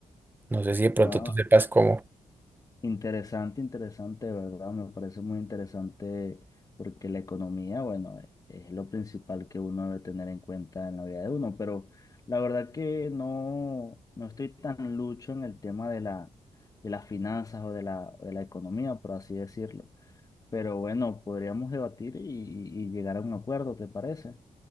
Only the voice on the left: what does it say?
Ah,
interesante, interesante, ¿verdad? Me parece muy interesante porque la economía, bueno, e- es lo principal que uno debe tener en cuenta en la vida de uno, pero la verdad que no, no estoy tan lucho en el tema de la, de las finanzas o de la, de la economía, por así decirlo. Pero bueno, podríamos debatir y, y y llegar a un acuerdo, ¿te parece?